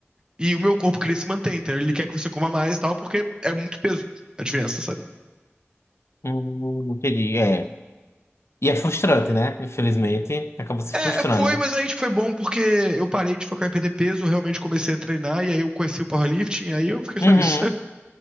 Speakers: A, on the right; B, on the left.
A: E o meu corpo queria se manter, entendeu? Ele quer que você coma mais e tal, porque é muito peso a diferença, sabe?
B: Hum, entendi, é. E é frustrante, né? Infelizmente, acaba se
A: É,
B: frustrando.
A: foi, mas aí tipo, foi bom porque eu parei de focar em perder peso, realmente comecei a treinar, e aí eu conheci o powerlifting, aí eu fiquei
B: Uhum.
A: só nisso.